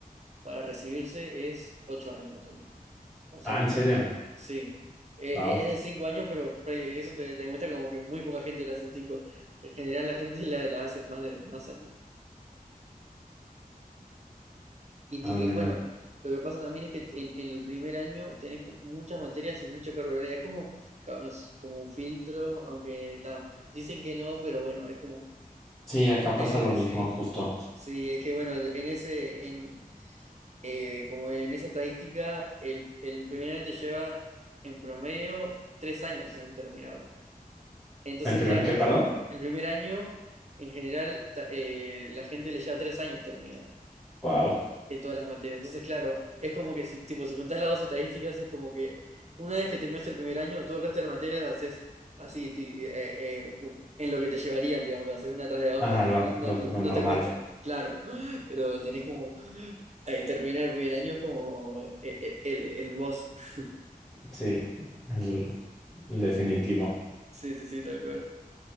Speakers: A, on the right; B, in the centre.
A: para recibirse es 8 años más o menos. O sea
B: Ah,
A: que
B: ¿en
A: está.
B: serio?
A: Sí. Eh,
B: Wow.
A: eh, es de cinco años, pero pre- eso te, te demuestra como que muy poca gente la hace en cinco. En general la gente la, la hace más de más años. Y,
B: Ah,
A: ti-
B: mira.
A: y bueno, lo que pasa también es que en, en el primer año tenés cu- muchas materias y mucha carga horaria. Es como, ca- es como un filtro, aunque ta, dicen que no, pero bueno, es como
B: Sí, acá
A: medio
B: pasa lo
A: que
B: mismo,
A: sí.
B: justo.
A: Sí, es que bueno, en ese, en, eh, como en esa estadística, el, el primer año te lleva en promedio tres años en terminar. Entonces,
B: ¿El primer
A: claro,
B: qué, perdón?
A: el primer año, en general, ta- eh, la gente le lleva tres años terminar
B: Wow.
A: de todas las materias. Entonces, claro, es como que si, tipo, si juntás las dos estadísticas, es como que una vez que terminas el primer año, todo el resto de las materias las haces así, ti- eh, eh, u- en lo que te llevarían, digamos, las haces una tras de la otra,
B: Ajá,
A: tipo,
B: lo,
A: no,
B: lo-
A: no- no-
B: lo
A: no
B: normal.
A: te cuesta, claro, <gasps> pero tenés como eh, terminar el primer año es como eh, eh, el, el boss. <laughs>
B: Sí, el, el definitivo.
A: Sí, sí, sí, tal cual.